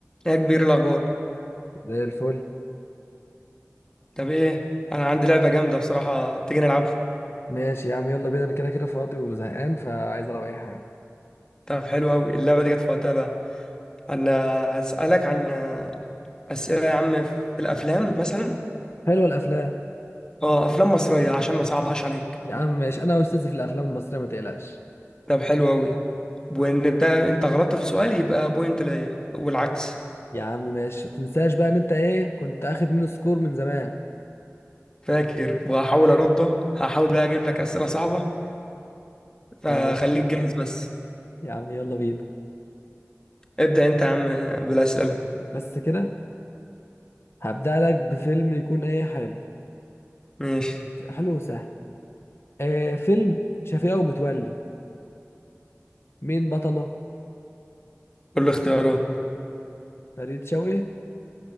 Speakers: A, on the left (about 15°); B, on the left (about 55°).
A: ايه يا كبير الاخبار
B: زي الفل
A: طب ايه انا عندي لعبه جامده بصراحه تيجي نلعبها
B: ماشي يا عم يلا بينا انا كده كده فاضي وزهقان فعايز العب اي حاجه
A: طب حلو قوي اللعبه دي جت في وقتها بقى انا هسالك عن اسئله يا عم في الافلام مثلا
B: حلوه الافلام
A: اه افلام مصريه عشان ما صعبهاش عليك
B: يا عم ماشي انا استاذ في الافلام المصريه ما تقلقش
A: طب حلو قوي ونبدا انت غلطت في سؤال يبقى بوينت ليا والعكس
B: يا عم ماشي ما تنساش بقى ان انت ايه كنت اخد منه سكور من زمان
A: فاكر وهحاول ارده هحاول بقى اجيب لك اسئله صعبه فخليك
B: ماشي
A: جاهز بس
B: يا عم يلا بينا
A: ابدا انت يا عم بالاسئله
B: بس كده هبدأ لك بفيلم يكون ايه حلو
A: ماشي
B: حلو وسهل آه فيلم شفيقة ومتولي مين بطله
A: قول لي اختيارات
B: فريد شوقي